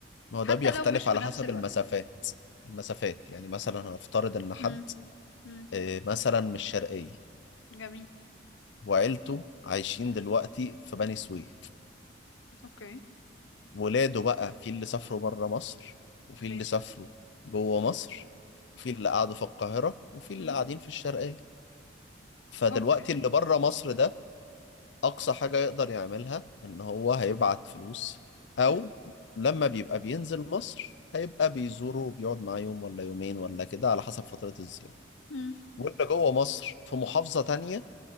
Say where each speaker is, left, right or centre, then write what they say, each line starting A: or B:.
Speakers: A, on the left (about 70°); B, on the left (about 85°).
A: ما هو
B: حتى
A: ده بيختلف
B: لو مش في
A: على
B: نفس
A: حسب
B: الوقت
A: المسافات المسافات يعني مثلا هنفترض ان حد
B: امم امم
A: آه، مثلا من الشرقية
B: جميل
A: وعيلته عايشين دلوقتي في بني سويف
B: اوكي
A: ولاده بقى في اللي سافروا بره مصر وفي
B: ماشي
A: اللي سافروا جوه مصر في اللي قعدوا في القاهرة وفي اللي
B: امم
A: قاعدين في الشرقية فدلوقتي
B: اوكي
A: اللي بره مصر ده اقصى حاجة يقدر يعملها ان هو هيبعت فلوس او
B: امم
A: لما بيبقى بينزل مصر هيبقى بيزوره وبيقعد معاه يوم ولا يومين ولا كده على حسب فترة الزيارة
B: امم
A: واللي جوه مصر في محافظة تانية